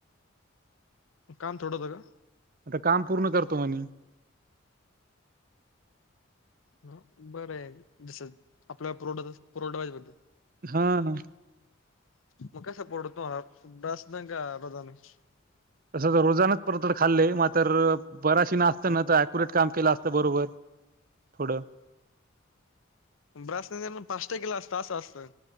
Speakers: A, on the left; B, on the right.
A: काम थोडं होत का?
B: आता काम पूर्ण करतो म्ह
A: ह बरं आहे दिस आपल्या पुरवठा पुरवठाबाज बद्दल
B: हा.
A: <inaudible>
B: तसं तर रोजानच परत खाल्लंय मात्र बराशी ना असतं ना तर अक्युरेट काम केलं असतं बरोबर थोडं.
A: ब्रास न पाचटे किला असत त असं असतं.